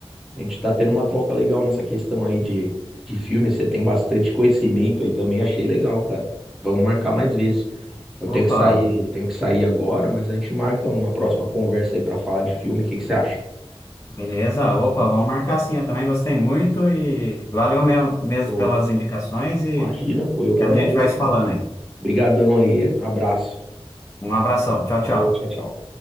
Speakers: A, in the centre; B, on the left.
A: A gente tá tendo uma troca legal nessa questão aí de, de filme. Você tem bastante conhecimento aí também, achei legal, cara. Vamos marcar mais vezes. Eu
B: Opa.
A: tenho que sair, tenho que sair agora, mas a gente marca uma próxima conversa aí pra falar de filme. O que que você acha?
B: Beleza, opa, vamos marcar sim. Eu também gostei muito e valeu mesmo, mesmo
A: Pô,
B: pelas indicações e
A: imagina, pô, eu que
B: e
A: agradeço
B: a gente vai se
A: também.
B: falando aí.
A: Obrigadão aí, é? abraço.
B: Um abração, tchau,
A: Falou,
B: tchau.
A: tchau, tchau.